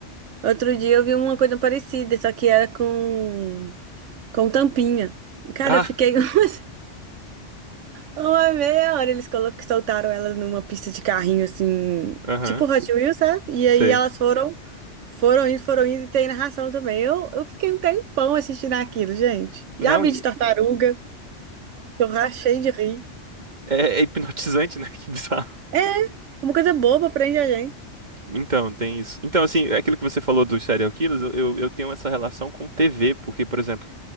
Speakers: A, on the right (about 80°); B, on the right (about 35°).
A: Outro dia eu vi uma coisa parecida, só que era com, com tampinha. Cara,
B: <laughs> Ah!
A: eu fiquei <laughs> uma meia hora. Eles colo- soltaram ela numa pista de carrinho, assim,
B: Aham,
A: tipo Hot Wheels, sabe? E
B: sei.
A: aí elas foram, foram indo, foram indo, e tem narração também. Eu, eu fiquei um tempão assistindo aquilo, gente. Já
B: Não,
A: vi
B: e
A: de tartaruga, que eu rachei de rir.
B: é, é hipnotizante, né? <laughs> Que bizarro.
A: É, uma coisa boba, prende a gente.
B: Então, tem isso. Então, assim, aquilo que você falou dos serial killers, eu, eu eu tenho essa relação com TV, porque, por exemplo,